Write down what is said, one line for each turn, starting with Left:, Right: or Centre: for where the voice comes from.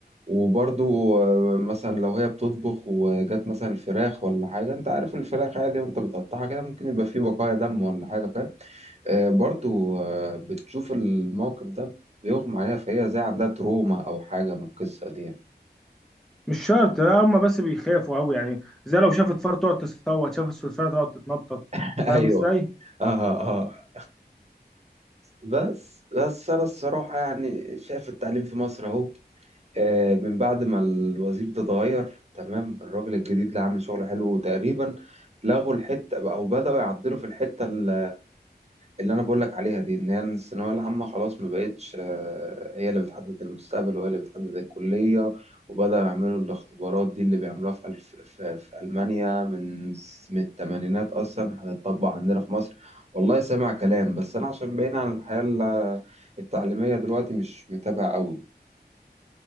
Right: وبرضو آه، مثلا لو هي بتطبخ وجات مثلا الفراخ ولا حاجة انت عارف الفراخ عادي وانت بتقطعها كده ممكن يبقى فيه بقايا دم ولا حاجة فاهم آه، برضو آه، بتشوف الموقف ده بيغمى عليها فهي زي عندها تروما او حاجة من القصة دي يعني.
Centre: مش شرط هم بس بيخافوا قوي يعني زي لو شافت فار تقعد تصوت شافت سلسله تقعد تتنطط
Right: <laughs>
Centre: فاهم
Right: ايوه
Centre: ازاي
Right: اه اه آه. بس بس انا الصراحة يعني شايف التعليم في مصر اهو آه، من بعد ما الوزير ده اتغير تمام الراجل الجديد اللي عامل شغل حلو وتقريبا لغوا الحتة أو بدأوا يعدلوا في الحتة ال- اللي أنا بقولك عليها دي إن هي الثانوية العامة خلاص ما بقتش آه، هي اللي بتحدد المستقبل وهي اللي بتحدد الكلية وبدأوا يعملوا الاختبارات دي اللي بيعملوها في ألف في, في ألمانيا من من التمانينات أصلا هتطبق عندنا في مصر والله سامع كلام بس أنا عشان بعيد عن الحياة ال- التعليمية دلوقتي مش متابع أوي